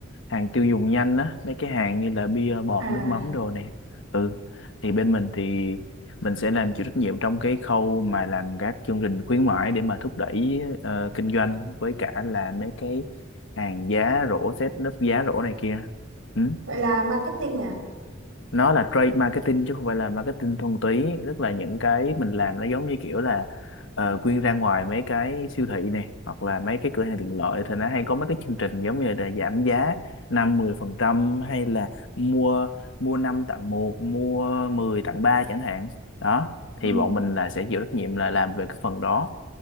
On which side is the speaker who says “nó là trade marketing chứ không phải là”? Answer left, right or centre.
Left